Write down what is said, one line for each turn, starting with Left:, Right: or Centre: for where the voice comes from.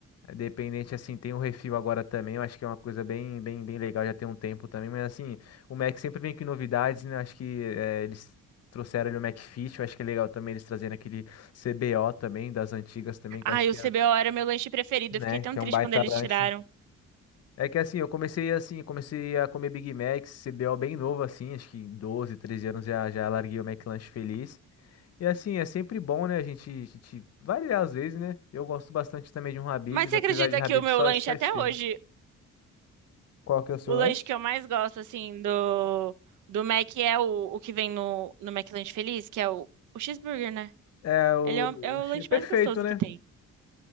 Left: Dependente, assim, tem o refil agora também, eu acho que é uma coisa bem, bem, bem legal, já tem um tempo também, mas assim, o Mac sempre vem com novidades, né? Acho que é, eles trouxeram ali o McFit, eu acho que é legal também eles trazendo aquele CBO também, das antigas também, que
Right: Ai,
Left: eu acho que
Right: o CBO
Left: é,
Right: era meu lanche preferido.
Left: né,
Right: Eu fiquei tão
Left: que
Right: triste
Left: é um baita
Right: quando eles
Left: lanche.
Right: tiraram.
Left: É que assim, eu comecei assim, comecei a comer Big Mac, CBO bem novo assim, acho que 12, 13 anos já, já larguei o McLanche feliz. E assim, é sempre bom, né, a gente, a gente variar às vezes, né? Eu gosto bastante também de um Habib's,
Right: Mas você
Left: apesar
Right: acredita
Left: de Habib's
Right: que o meu
Left: só,
Right: lanche
Left: só
Right: até
Left: esfirra.
Right: hoje,
Left: Qual que é o seu
Right: o
Left: lanche?
Right: lanche que eu mais gosto, assim, do, do Mac é o, o que vem no, no McLanche Feliz, que é o, o cheeseburger, né?
Left: É o...
Right: Ele é o, é
Left: o
Right: o
Left: che-
Right: lanche
Left: Perfeito,
Right: mais gostoso
Left: né?
Right: que tem.